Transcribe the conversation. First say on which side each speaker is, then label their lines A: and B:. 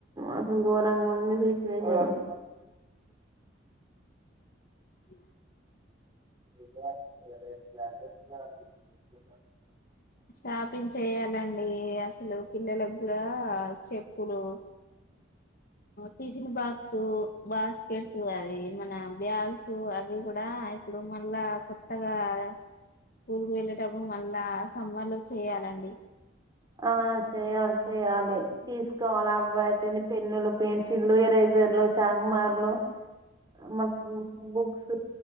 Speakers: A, on the right; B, on the left.
A: అసలు గోరంగా ఉంది సిచువేషన్.
B: అ
A: ఏ
B: షాపింగ్ చేయ్యాలండి అసలు పిల్లలకు కూడా చెప్పులు టిఫిన్ బాక్స్ బాస్కెట్స్ అది మన బ్యాగ్స్ అవి కూడా ఇప్పుడు మళ్ళా కొత్తగా స్కూల్ కు వెళ్ళేటప్పుడు మళ్ళా సమ్మర్ లో చేయాలండి
A: ఆ చెయాలి చెయ్యాలి తీసుకోవాలి అబ్బాయిని పెన్నులు పెన్సిల్లు ఇరైజర్లు చాకుమార్లు మ బుక్స్